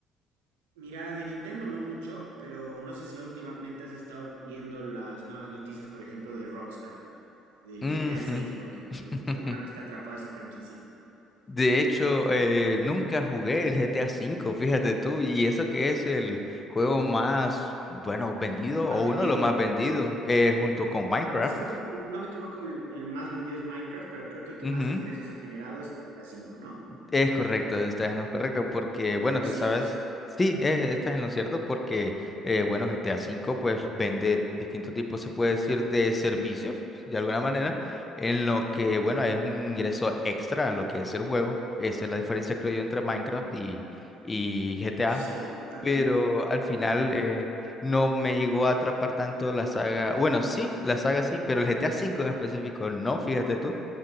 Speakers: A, on the right; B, on the left.
A: mira, de Nintendo no mucho, pero no sé si últimamente has estado viendo las nuevas noticias, por ejemplo, de Rockstar. del
B: Ujú.
A: GTA 6, por ejemplo.
B: <laughs>
A: No sé si alguna vez te ha atrapado esa franquicia.
B: De hecho, eh, nunca jugué el GTA V, fíjate tú, y eso que es el juego más, bueno, vendido
A: Más
B: o
A: vendido,
B: uno de los más vendidos, eh, junto con Minecraft.
A: si no, no me equivoco, el, el más vendido es Minecraft, pero creo que el que
B: Ujú.
A: más ingresos ha generado es el GTA 5, ¿no?
B: Es correcto, estás en lo correcto, porque bueno,
A: Algo
B: tú
A: así
B: sabes,
A: es.
B: sí, es- estás en lo cierto, porque eh, bueno, GTA V pues vende distintos tipos, se puede decir, de servicios, de alguna manera, en lo que bueno, es un ingreso extra a lo que es el juego. Esa es la diferencia, creo yo, entre Minecraft y, y GTA,
A: Sí, totalmente.
B: pero al final
A: Totalmente.
B: eh, no me llegó a atrapar tanto la saga, bueno, sí, la saga sí, pero el GTA V en específico no, fíjate tú